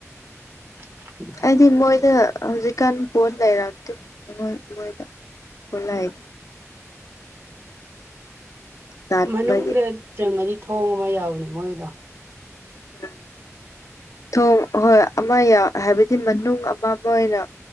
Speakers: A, on the right (about 50°); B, on the left (about 85°).
A: <inaudible>
B: ꯍꯥꯏꯗꯤ ꯃꯣꯏꯗ ꯍꯧꯖꯤꯛꯀꯥꯟ ꯄꯣꯠ ꯂꯩꯔꯛꯇꯦ ꯃꯣꯏꯗ ꯄꯣꯠꯂꯗꯤ ꯇꯥꯟꯕꯒꯤ
A: ꯃꯅꯨꯡꯗ ꯆꯪꯉꯗꯤ ꯊꯣꯡꯕ ꯑꯃ ꯌꯥꯎꯕꯅꯦ ꯃꯣꯏꯒꯤꯗꯣ
B: ꯎꯝ ꯊꯣꯡ ꯍꯣꯏ ꯑꯃ ꯍꯥꯏꯕꯗꯤ ꯃꯅꯨꯡ ꯑꯃ ꯑꯃ ꯑꯣꯏꯅ